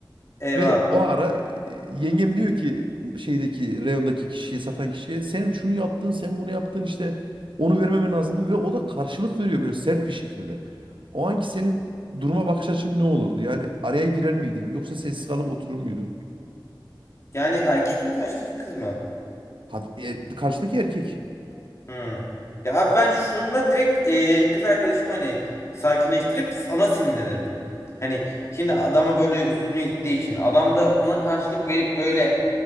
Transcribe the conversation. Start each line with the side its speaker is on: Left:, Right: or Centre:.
Left: <laughs> Eyvah.
Right: Ve o ara e, yengem diyor ki şeydeki reyondaki kişiye satan kişiye sen şunu yaptın sen bunu yaptın işte onu vermemen lazımdı ve o da karşılık veriyor böyle sert bir şekilde. O anki senin duruma bakış açın ne olurdu? Yani araya girer miydin yoksa sessiz kalıp oturur muydun?
Left: Yani erkek mi karşıdaki kız mı?
Right: Had- e, karşıdaki erkek.
Left: Hmm. Ya abi ben şunla direkt e, kız arkadaşımı hani sakinleştirip ona sinirlenirdim. Hani şimdi adama böyle üstüne gittiği için adam da ona karşılık verip böyle